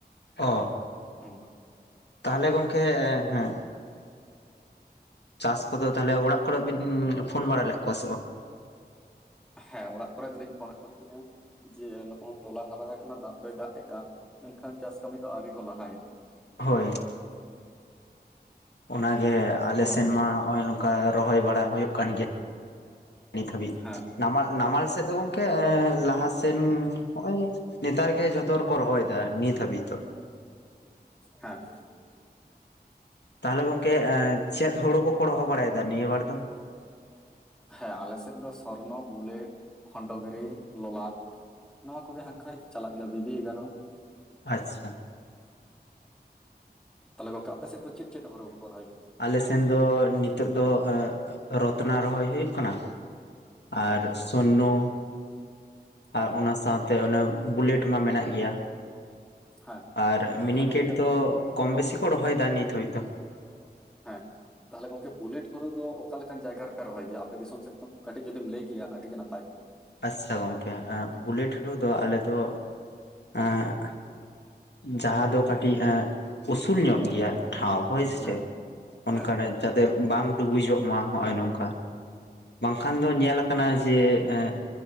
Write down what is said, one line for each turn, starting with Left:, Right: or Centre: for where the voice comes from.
Left: ᱚ
Centre: ᱚ
Left: ᱛᱟᱦᱚᱞᱮ ᱜᱚᱝᱠᱮ ᱮᱜ ᱮᱜ ᱪᱟᱥ ᱠᱚᱫᱚ ᱛᱟᱦᱚᱞᱮ ᱚᱲᱟᱜ ᱠᱚᱨᱮ ᱵᱤᱱ ᱯᱷᱳᱱ ᱵᱟᱲᱟ ᱞᱮᱫ ᱠᱚᱣᱟ ᱥᱮ ᱵᱟᱝ
Centre: ᱦᱮᱸ ᱚᱲᱟᱜ ᱠᱚᱨᱮ ᱫᱚᱞᱤᱧ ᱯᱷᱳᱱ ᱟᱫ ᱠᱚ ᱛᱟᱦᱮᱡ ᱟ ᱡᱮ ᱱᱚᱜᱼᱚᱭ ᱛᱚᱞᱟ ᱦᱟᱨᱟ ᱟᱠᱟᱱᱟ ᱫᱟᱜ ᱫᱚᱭ ᱫᱟᱜ ᱮᱜᱼᱟ ᱢᱮᱱᱠᱷᱟᱱ ᱪᱟᱥ ᱠᱟᱹᱢᱤ ᱫᱚ ᱟᱹᱣᱨᱤ ᱠᱚ ᱞᱟᱦᱟᱭᱟ
Left: ᱦᱳᱭ ᱚᱱᱟᱜᱮ ᱟᱞᱮ
Centre: ᱱᱚᱜᱼᱚ
Left: ᱥᱮᱱ
Centre: ᱱᱚᱝᱠᱟ
Left: ᱢᱟ ᱦᱚᱜᱼᱚᱭ ᱱᱚᱝᱠᱟ ᱨᱚᱦᱚᱭ ᱵᱟᱲᱟ ᱦᱩᱭᱩᱜ ᱠᱟᱱ ᱜᱮᱭᱟ ᱱᱤᱛ ᱦᱟᱹᱵᱤᱡ
Centre: ᱦᱮᱸ
Left: ᱱᱟᱢᱟ ᱱᱟᱢᱟᱞ ᱥᱮᱫ ᱫᱚ ᱜᱚᱝᱠᱮ ᱮ ᱞᱟᱦᱟ ᱥᱮᱱ ᱦᱚᱜᱼᱚᱭ ᱱᱮᱛᱟᱨ ᱜᱮ ᱡᱷᱚᱛᱚ ᱨᱮᱠᱚ ᱨᱚᱦᱚᱭ ᱫᱟ ᱱᱤᱛ ᱦᱟᱹᱵᱤᱡ ᱫᱚ
Centre: ᱦᱮᱸ
Left: ᱛᱟᱦᱚᱞᱮ ᱜᱚᱝᱠᱮ ᱮ ᱪᱮᱫ ᱦᱩᱲᱩ ᱠᱚᱠᱚ ᱨᱚᱦᱚ ᱵᱟᱲᱟᱭ ᱫᱟ ᱱᱤᱭᱟ ᱵᱟᱨ ᱫᱚ
Centre: ᱦᱮᱸ ᱟᱞᱮ ᱥᱮᱫ ᱫᱚ ᱥᱚᱨᱱᱚ ᱵᱩᱞᱮᱴ ᱠᱷᱚᱱᱰᱚᱜᱤᱨᱤ ᱞᱚᱞᱟᱴ ᱱᱚᱣᱟ ᱠᱚᱜᱮ ᱦᱟᱜᱠᱷᱟᱡ ᱪᱟᱞᱟᱜ ᱜᱮᱭᱟ ᱵᱤᱵᱤ ᱮᱜᱟᱨᱚ
Left: ᱟᱪᱪᱷᱟ
Centre: ᱛᱟᱦᱚᱞᱮ ᱜᱚᱝᱠᱮ ᱟᱯᱮ ᱥᱮᱫ ᱫᱚ ᱪᱮᱫ ᱪᱮᱫ ᱦᱚᱨᱩ ᱠᱚᱠᱚ ᱨᱚᱦᱚᱭ ᱜᱮᱭᱟ
Left: ᱟᱞᱮᱥᱮᱱ ᱫᱚ ᱱᱤᱛᱚᱜ ᱫᱚ ᱨᱚᱛᱱᱟ ᱨᱚᱦᱚᱭ ᱦᱩᱭᱩᱜ ᱠᱟᱱᱟ ᱟᱨ
Centre: ᱦᱮᱸ
Left: ᱥᱚᱨᱱᱚ
Centre: ᱦᱮᱸ
Left: ᱟᱨ ᱚᱱᱟᱥ ᱥᱟᱶᱛᱮ ᱚᱱᱮ ᱵᱩᱞᱮᱴ ᱢᱟ ᱢᱮᱱᱟᱜ ᱜᱮᱭᱟ
Centre: ᱦᱮᱸ
Left: ᱟᱨ ᱢᱤᱱᱤᱠᱮᱴ
Centre: ᱛᱟᱦᱚᱞᱮ ᱜᱚᱝᱠᱮ
Left: ᱫᱚ ᱠᱚᱢ ᱵᱮᱥᱤ ᱠᱚ ᱨᱚᱦᱚᱭ ᱫᱟ ᱱᱤᱛ ᱦᱟᱹᱵᱤᱡ ᱫᱚ
Centre: ᱦᱮᱸ ᱛᱟᱦᱚᱞᱮ ᱜᱚᱝᱠᱮ ᱵᱩᱞᱮᱴ ᱦᱳᱲᱳ ᱫᱚ ᱚᱠᱟ ᱞᱮᱠᱟᱱ ᱡᱟᱭᱜᱟ ᱨᱮᱯᱮ ᱨᱚᱦᱚᱭ ᱜᱮᱭᱟ ᱟᱯᱮ ᱫᱤᱥᱚᱢ ᱥᱮᱫᱚ ᱠᱟᱹᱴᱤᱡ ᱡᱩᱫᱤᱢ ᱞᱟᱹᱭ ᱠᱮᱭᱟ ᱟᱹᱰᱤ ᱜᱮ ᱱᱟᱯᱟᱭ ᱠᱚᱜᱼᱟ
Left: ᱟᱪᱪᱷᱟ ᱜᱚᱝᱠᱮ ᱵᱩᱞᱮᱴ ᱦᱩᱲᱩ ᱫᱚ ᱟᱞᱮ ᱫᱚ ᱮᱜ ᱡᱟᱦᱟᱸ ᱫᱚ ᱠᱟᱹᱴᱤᱡ ᱮᱜ ᱩᱥᱩᱞ ᱧᱚᱜ ᱜᱮᱭᱟ ᱴᱷᱟᱶ ᱦᱳᱭ ᱥᱮ
Centre: ᱦᱮᱸ
Left: ᱪᱮᱫ ᱚᱱᱠᱟ
Centre: ᱦᱮᱸ
Left: ᱨᱮ ᱡᱟᱛᱮ ᱵᱟᱝ ᱰᱩᱵᱩᱡᱚᱜ ᱢᱟ ᱱᱚᱜᱼᱚᱭ ᱱᱚᱝᱠᱟ ᱵᱟᱝᱠᱷᱟᱱ ᱫᱚ ᱧᱮ ᱟᱠᱟᱱᱟ ᱡᱮ ᱮᱜ